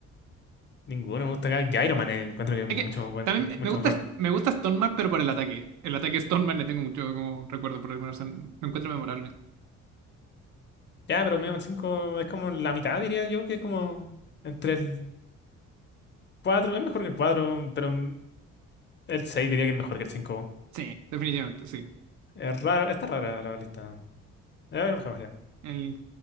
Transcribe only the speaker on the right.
Es
que
también
me gusta,
me gusta Stoneman, pero por el ataque. El ataque de Stoneman le tengo mucho como recuerdo por alguna razón. Lo encuentro memorable.
Sí, definitivamente, sí.
El